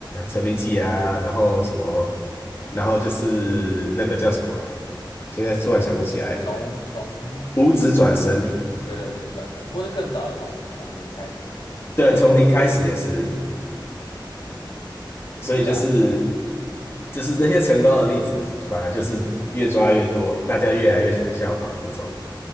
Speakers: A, on the left; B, on the left.
A: 成名记啊，然后什么，然后就是那个叫什么啊现在突然想不起来，
B: 从从零，
A: 五指转身，
B: 对对，无职转生，或者更早的那种从零开始的异世界生产。
A: 对，从零开始也是。
B: 嗯嗯，
A: 所以就是
B: 对啊，确实，
A: 就是那些成功的例子，反而就是越抓越多，大家越来越想效仿这种